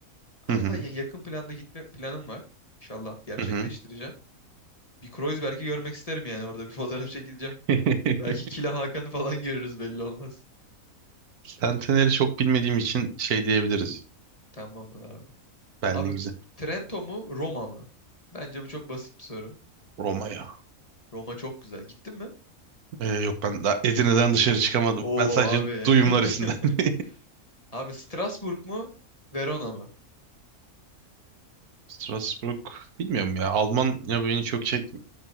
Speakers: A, on the left; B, on the right.
A: Hatta
B: Hı hı.
A: ya- yakın planda gitme planım var. İnşallah gerçekleştireceğim.
B: Hı hı.
A: Bir Kreuzberg'i görmek isterim yani orada bir fotoğraf çekileceğim.
B: <laughs>
A: Belki Kila Hakan'ı falan görürüz belli olmaz.
B: Centenary'i çok bilmediğim için şey diyebiliriz.
A: Tamamdır abi.
B: Berlin
A: Abi
B: güzel.
A: Trento mu Roma mı? Bence bu çok basit bir soru.
B: Roma ya.
A: Roma çok güzel. Gittin mi?
B: Ee, yok ben daha Edirne'den dışarı çıkamadım.
A: Oo
B: Ben sadece
A: abi.
B: duyumlar
A: <laughs>
B: üstünden. <laughs>
A: Abi Strasbourg mu Verona mı?
B: Strasbourg bilmiyorum ya. Alman ya beni çok çek